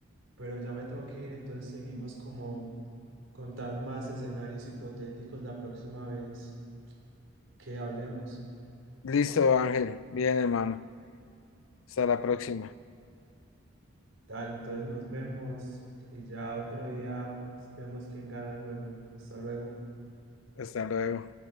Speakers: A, on the right; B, on the left.
A: pero ya me tengo que ir, entonces seguimos como contando más escenarios hipotéticos la próxima vez que hablemos.
B: Listo, Ángel. Bien, hermano. Hasta la próxima.
A: Tal, entonces nos vemos y ya otro día vemos quién gana el juego. Hasta luego.
B: Hasta luego.